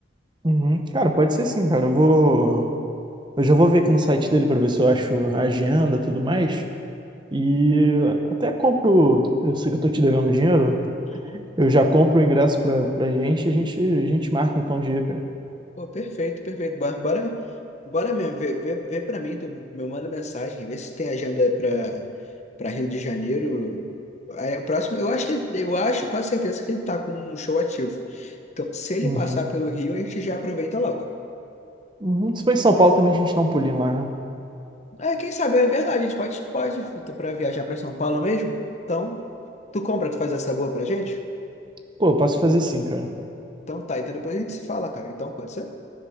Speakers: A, on the right; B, on the left.
A: Uhum. Cara, pode ser sim, cara. Eu vou. Eu já vou ver aqui no site dele para ver se eu acho a agenda e tudo mais. E até compro. Eu sei que eu tô te devendo dinheiro.
B: Uhum.
A: Eu já compro o ingresso pra, pra gente. e A gente, a gente marca então o dia, cara.
B: Pô, perfeito, perfeito. Bora, bora, bora mesmo, vê, vê, vê pra mim, tu me manda mensagem, vê se tem agenda pra, pra Rio de Janeiro. Aí, o próximo, eu acho que ele, eu acho, quase certeza que ele tá com um show ativo. Então, se ele
A: Uhum.
B: passar pelo Rio, a gente já aproveita logo.
A: Uhum. Se for em São Paulo também a gente dá um pulinho lá, né?
B: É, quem sabe, é verdade, a gente pode, pode, eu tô pra viajar pra São Paulo mesmo. Então, tu compra, tu faz essa boa pra gente?
A: Pô, eu posso fazer sim, cara.
B: Então tá, então depois a gente se fala, cara. Então, pode ser?